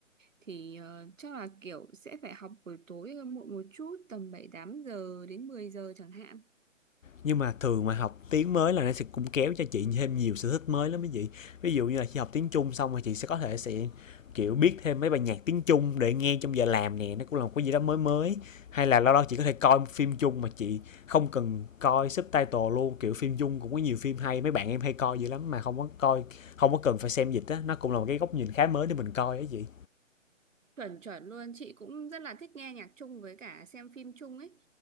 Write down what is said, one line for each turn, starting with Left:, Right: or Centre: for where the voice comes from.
Right: thì ờ, chắc là kiểu sẽ phải học buổi tối hơn muộn một chút tầm bảy tám giờ đến 10 giờ chẳng hạn
Left: nhưng mà thường mà học tiếng mới là nó sẽ cũng kéo cho chị thêm nhiều sở thích mới lắm mấy chị ví dụ như là khi học tiếng Trung xong rồi chị sẽ có thể sẽ kiểu biết thêm mấy bài nhạc tiếng Trung để nghe trong giờ làm nè nó cũng là một cái gì đó mới mới hay là lâu lâu chị có thể coi phim Trung mà chị không cần coi subtitle luôn kiểu phim Trung cũng có nhiều phim hay mấy bạn em hay coi dữ lắm mà không có coi không có cần phải xem dịch á nó cũng là một cái góc nhìn khá mới để mình coi á chị
Right: chuẩn chuẩn luôn chị cũng rất là thích nghe nhạc chung với cả xem phim chung ấy